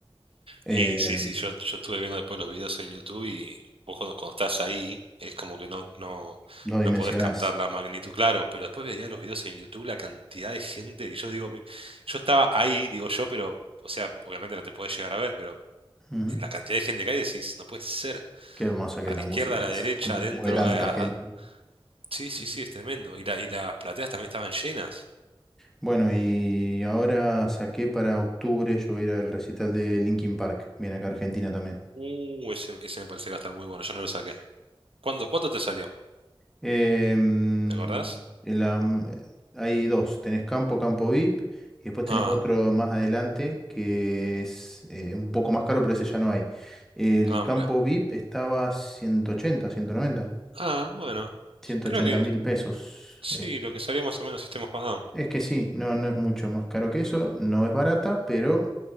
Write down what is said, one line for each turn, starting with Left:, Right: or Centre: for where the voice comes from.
Centre: Eh,
Right: Y sí, sí, yo, yo estuve viendo después los videos en YouTube y vos cuando, cuando estás ahí es como que no, no,
Centre: no dimensionás.
Right: no podés captar la magnitud, claro, pero después veía los videos en YouTube, la cantidad de gente, y yo digo, mi- yo estaba ahí, digo yo, pero, o sea, obviamente no te podés llegar a ver, pero
Centre: Ujú.
Right: eh, la cantidad de gente que hay decís, no puede ser,
Centre: Qué hermosa que
Right: a
Centre: es
Right: la
Centre: la
Right: izquierda,
Centre: música,
Right: a la
Centre: es.
Right: derecha,
Centre: que
Right: adentro,
Centre: Mueve tanta
Right: a- a-
Centre: gente.
Right: a- sí, sí, sí, es tremendo, y, la- y las plateas también estaban llenas.
Centre: Bueno, y ahora saqué para octubre, yo voy a ir al recital de Linkin Park, viene acá a Argentina también.
Right: Uh, ese, ese me parece que va a estar muy bueno, yo no lo saqué. ¿Cuándo, cuánto te salió?
Centre: Em,
Right: ¿Te acordás?
Centre: el hay dos, tenés Campo, Campo VIP, y después tenés
Right: Ah,
Centre: otro más adelante que es eh, un poco más caro, pero ese ya no hay. El
Right: ah,
Centre: Campo
Right: mira.
Centre: VIP estaba ciento ciento ochenta ciento noventa
Right: Ah, bueno,
Centre: ciento
Right: creo
Centre: ochenta
Right: que
Centre: mil pesos.
Right: sí, lo que salió más o menos System of a Down.
Centre: Es que sí, no, no es mucho más caro que eso, no es barata, pero